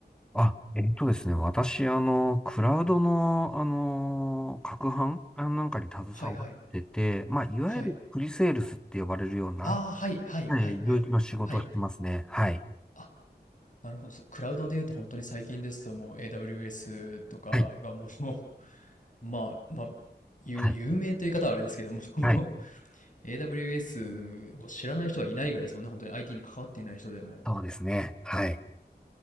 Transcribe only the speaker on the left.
はいはい。
はい。ああ、はい、はい、
はい、はい。
はい。
あ、なるほど。そクラウドで言うと本当に最近ですともう AWS とかがもう、
<laughs> まあ、まあ、有、
有名という言い方はあれですけども、
<laughs> AWS を知らない人はいないぐらいですもんね。本当に IT に関わっていない人でも。